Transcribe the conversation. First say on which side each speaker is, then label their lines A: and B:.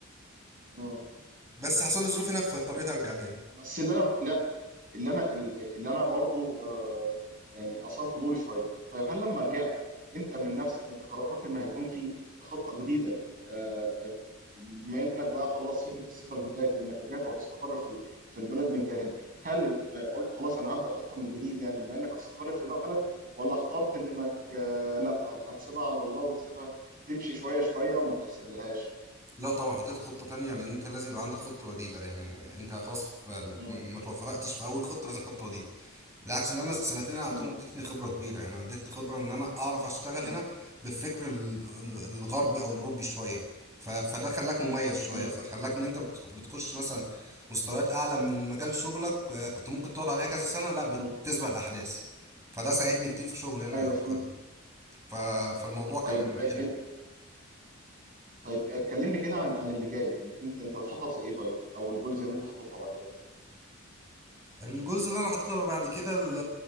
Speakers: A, on the right; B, on the right.
A: مم.
B: بس حصل لي ظروف هنا فاضطريت ارجع تاني
A: بس اللي انا لا اللي انا اللي انا برضو آه يعني اثار فضولي شويه طيب هل لما رجعت انت من نفسك انت قررت ان هيكون في خطه جديده آه بما انك بقى خلاص فكره السفر انتهت وانك رجعت وهتستقر في ال- في البلد من تاني هل آه قلت خلاص انا هبدا خطه من جديد يعني بما انك هتستقر في البلد ولا اخترت انك آه لا ه- هتسيبها على الله وتسيبها تمشي شويه شويه وما تحسب لهاش
B: لا طبعا حطيت خطه تانية لان انت لازم يبقى عندك خطه بديله يعني انت خلاص ف... ما
A: مم،
B: ما توفقتش في اول خطه لازم خطه بديله بالعكس اللي انا سنتين انا اعطيهم
A: مم،
B: ادتني خبره كبيره يعني انا ادتني خبره ان انا اعرف اشتغل
A: مم،
B: هنا بالفكر ال- ال- الغربي او الاوروبي شويه ف- فده خلاك مميز شويه
A: مم،
B: فخلاك ان انت بتخ- بتخش مثلا مستويات اعلى من مجال شغلك آه، كنت ممكن تقعد عليها كذا سنه لا بتسبق
A: مم.
B: الاحداث فده ساعدني كتير في شغلي هنا
A: ايوه
B: ف-
A: فهمت
B: ف- فالموضوع
A: طيب
B: كان
A: آه،
B: حلو
A: طيب آه، كلمني كده عن عن اللي جاي يعني انت انت بتخطط لايه طيب او الجولز اللي انت حاططها بعد كده
B: الجزء اللي انا حطيته بعد كده ال-